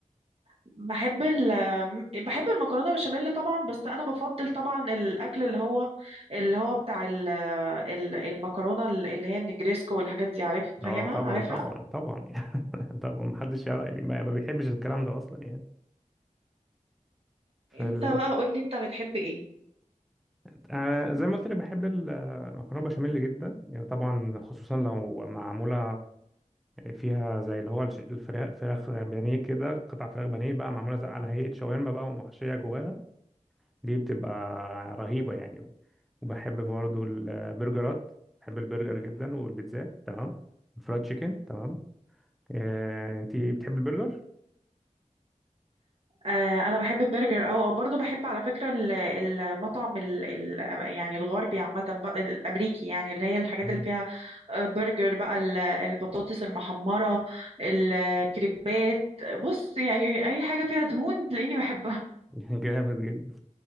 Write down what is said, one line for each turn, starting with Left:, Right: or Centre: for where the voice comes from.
Right: بحب ال بحب المكرونه بشاميل طبعا بس انا بفضل طبعا الاكل اللي هو اللي هو بتاع ال- ال- المكرونه اللي هي النجريسكو والحاجات دي عارف فاهمها
Centre: اه طبعا
Right: عارفها
Centre: طبعا طبعا <laughs> يعني طبعا ما حدش يعرف يعني ما ما بيحبش الكلام ده اصلا يعني فال...
Right: انت بقى قولي انت بتحب ايه
Centre: أنا زي ما قلت لك بحب المكرونه بشاميل جدا يعني طبعا خصوصا لو معموله فيها زي اللي هو الش- الفراخ فراخ بانيه كده قطع فراخ بانيه بقى معموله زي على هيئه شاورما بقى ومحشيه جواها دي بتبقى رهيبه يعني وبحب برضو البرجرات بحب البرجر جدا والبيتزات تمام فرايد تشيكن تمام آه، انتي بتحب البرجر
Right: آه، انا بحب البرجر او برضو بحب على فكره ال- المطعم ال ال يعني الغربي عامه بقى- الامريكي يعني اللي هي الحاجات
Centre: مم.
Right: اللي فيها آه، برجر بقى ال- البطاطس المحمره الكريبات بص يعني اي حاجه فيها دهون تلاقيني بحبها
Centre: <laughs> جامد جدا